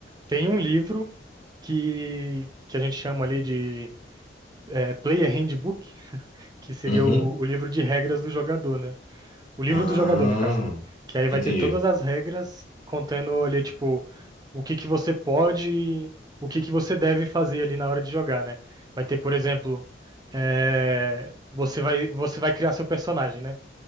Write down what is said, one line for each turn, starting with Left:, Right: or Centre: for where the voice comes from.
Right: Tem um livro que, que a gente chama ali de é, Player Handbook, que seria
Left: Uhum.
Right: o, o livro de regras do jogador, né? O livro
Left: Ah,
Right: do jogador, no caso, né? Que aí vai
Left: entendi.
Right: ter todas as regras contando ali, tipo, o que que você pode, o que que você deve fazer ali na hora de jogar, né? Vai ter, por exemplo, é, você vai, você vai criar seu personagem, né?